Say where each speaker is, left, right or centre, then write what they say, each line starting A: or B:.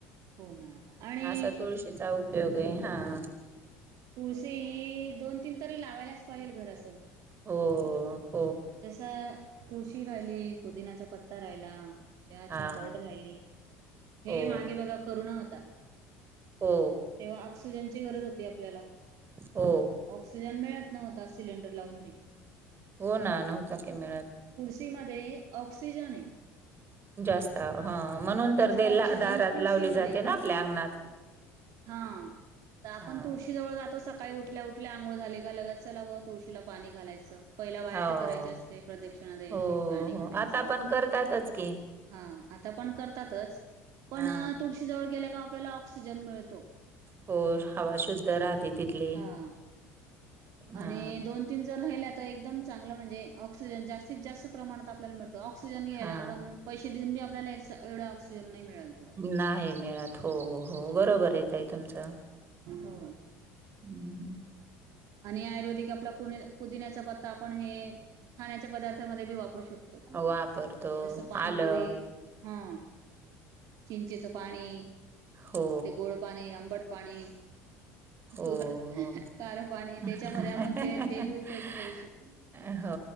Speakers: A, on the right; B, on the right.
A: हो ना आणि
B: असा तुळशीचा उपयोग आहे. हा..
A: तुळशी ही दोन तीन तरी लावायलाचं पाहिजेल घरात.
B: हो हो.
A: जसं तुळशी राहिली, पुदिनाचा पत्ता राहिला. या
B: हा
A: चहा पावडर राहिली हे
B: हो
A: मागे बघा करोना होता
B: हो.
A: तेव्हा ऑक्सिजनची गरज होती आपल्याला
B: हो
A: ऑक्सिजन मिळत. नव्हता सिलेंडर लावून देखील.
B: हो ना नव्हताच की मिळत.
A: ती मध्ये ऑक्सिजन आहे.
B: जास्त हं म्हणून
A: जास्त
B: तर ते
A: ऑक्सिजन
B: दारात
A: तुळशीमध्ये
B: लावली जाते ना आपल्या अंगणात.
A: हा तर आपण
B: हा
A: तुळशी जवळ जातो सका काही उठल्या उठल्या आंगोळ झाली का, लगत चला बा तुळशीला पाणी घालायचं पहिला बा
B: हो
A: य त. करायचे असते प्रदक्षिणा द्यायची
B: हो
A: पाणी
B: हो
A: घालायचं.
B: आता पण करतातच की
A: हा आता पण करतातच, पण
B: हा
A: तुडशीजवळ गेल्या का आपल्याला ऑक्सिजन मिळतो.
B: हो हवा शुद्ध राहते तिथली.
A: हा
B: हा
A: आणि दोन तीन जर राहिल्या तर एकदम चांगलं म्हणजे ऑक्सिजन जास्तीत जास्त प्रमाणात आपल्याला मिळत. तो ऑक्सिजन घ्यायला
B: हा
A: आपण पैसे देऊन बी आपल्याला ए एवढं ऑक्सिजन नाही. मिळत बुवा
B: नाही मिेळत हो हो बरोबर हाय ताई तुमचं.
A: हो.
B: हं,
A: आणि आयुर्वेदिक आपला पु पुदिण्याचा पत्ता आपण हे खाण्याच्या पदार्थामध्ये बी वापरू शकतो.
B: वापरतो
A: जसं पानपुरी
B: आलं
A: हा चिंचेचं पाणी
B: हो,
A: ते गोड पाणी, आंबट पाणी.
B: हो
A: तु
B: हो.
A: खार पाणी
B: <unintelligible>
A: त्याच्यामध्ये आपण ते ते बी उपयोगी करू शकतो.
B: हो